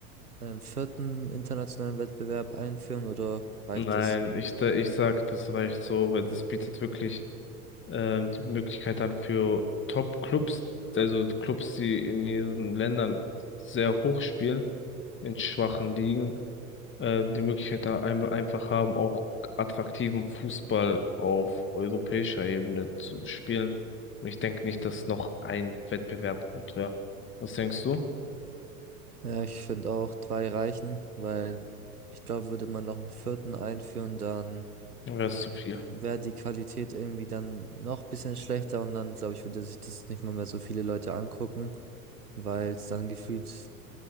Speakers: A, on the right (about 85°); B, on the left (about 25°).
A: ähm, vierten internationalen Wettbewerb einführen oder reicht
B: Nein,
A: es?
B: ich, da- ich sag, das reicht so, weil das bietet wirklich ähm, die Möglichkeit dann für Top-Clubs, also Clubs, die in ihren Ländern sehr hoch spielen, in schwachen Ligen. äh, die Möglichkeit da ein einfach haben, auch attraktiven Fußball auf europäischer Ebene zu spielen. Und ich denke nicht, dass noch ein Wettbewerb gut wäre. Was denkst du?
A: Ja, ich finde auch drei reichen, weil ich glaube, würde man noch einen vierten einführen, dann
B: Wäre es zu viel?
A: wäre die Qualität irgendwie dann noch ein bisschen schlechter und dann, glaube ich, würde sich das nicht mal mehr so viele Leute angucken, weil es dann gefühlt